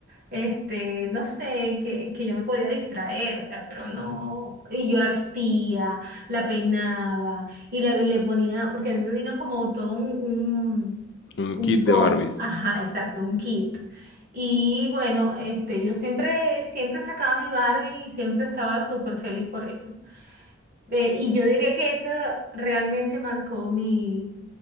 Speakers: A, on the right; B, on the left.
A: este, no sé, que, que yo me podía distraer, o sea, pero no. Y yo la vestía, la peinaba y la, le ponía, porque a mí me vino como todo un, un,
B: Un
A: un
B: kit
A: combo,
B: de Barbies.
A: ajá, exacto, un kit. Y bueno, este, yo siempre, siempre sacaba mi Barbie y siempre estaba súper feliz por eso. Eh, y yo diría que eso realmente marcó mi